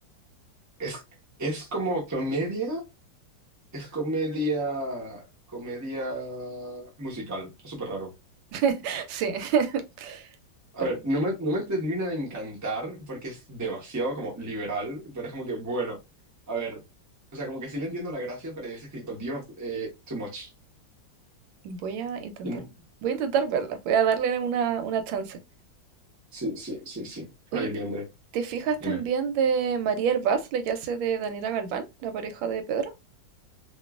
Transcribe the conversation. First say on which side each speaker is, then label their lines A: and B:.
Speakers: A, on the right; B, on the right.
A: es, es como comedia, Es comedia, comedia musical, es súper raro.
B: <laughs> Sí, <laughs>
A: A
B: pero
A: ver, no me, no me termina de encantar porque es demasiado como liberal, pero es como que, bueno, a ver, o sea, como que sí le entiendo la gracia, pero es que digo, Dios, eh, too much.
B: voy a intentar,
A: Mm,
B: voy a intentar verla, voy a darle una, una chance.
A: Sí, sí, sí, sí.
B: Oye,
A: María
B: ¿te, te fijas
A: dime.
B: también de María Hervás, la que hace de Daniela Galván, la pareja de Pedro?